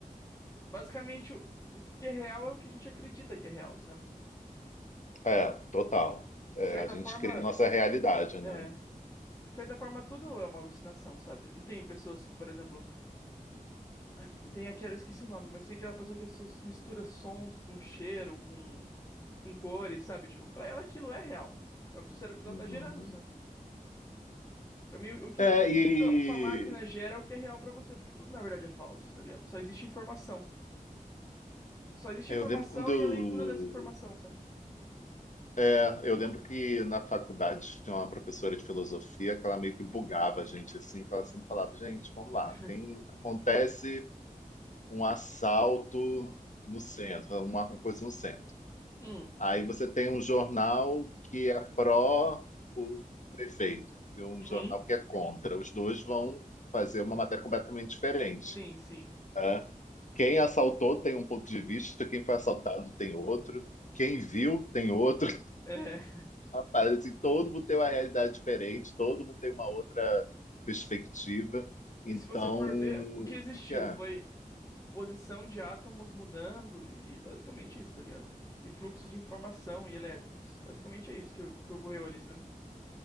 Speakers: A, on the left; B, on the left.
A: basicamente, o, o que é real é o que a gente acredita que é real, sabe?
B: É, total. É,
A: De É, certa
B: a gente
A: forma,
B: cria a nossa realidade,
A: é.
B: né?
A: De certa forma, tudo é uma alucinação, sabe? Não tem pessoas que, por exemplo, eh, tem aquela, esqueci o nome, mas tem aquela pessoa que sus- mistura sons com cheiro, com, com cores, sabe? Tipo, pra ela aquilo é real. É o que o cérebro dela
B: Uhum.
A: tá gerando, sabe? Pra mim, o, o que,
B: É,
A: o que
B: e
A: sua sua máquina gera é o que é real pra você, porque tudo na verdade é falso, tá ligado? Só existe informação. Só existe
B: eu
A: informação
B: lembro quando
A: e a leitura dessa informação, sabe?
B: É, eu lembro que na faculdade tinha uma professora de filosofia que ela meio que bugava a gente assim, que ela sempre falava, gente, vamos lá,
A: <laughs>
B: tem acontece um assalto no centro, uma coisa no centro.
A: Hum,
B: Aí você tem um jornal que é pró o prefeito e um jornal
A: uhum,
B: que é contra. Os dois vão fazer uma matéria completamente diferente,
A: sim, sim.
B: né? Quem assaltou tem um ponto de vista, quem foi assaltado tem outro, quem viu tem outro
A: É. <laughs>
B: uma parada assim, todo mundo tem uma realidade diferente, todo mundo tem uma outra perspectiva.
A: E
B: Então,
A: se você for
B: o
A: ver, o que existiu
B: que que é?
A: foi. posição de átomos mudando e basicamente isso, tá ligado? E fluxos de informação e elétrons. Basicamente é isso que, que ocorreu ali, sabe?